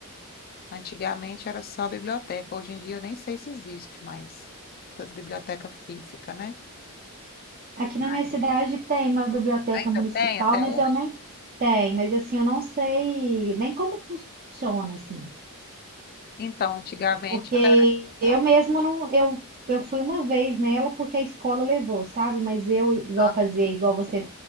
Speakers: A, on the left (about 45°); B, on the right (about 40°).
A: Antigamente era só biblioteca, hoje em dia eu nem sei se existe mais essas bibliotecas físicas, né?
B: Aqui na
A: Ai.
B: minha cidade tem uma biblioteca
A: Ainda
B: municipal,
A: tem até
B: mas
A: hoje?
B: eu nem tem, mas assim, eu não sei nem como funciona assim.
A: Então, antigamente
B: Porque
A: eu era.
B: eu mesma não, eu, eu fui uma vez nela porque a escola levou, sabe? Mas eu, igual
A: Ah,
B: fazer, igual você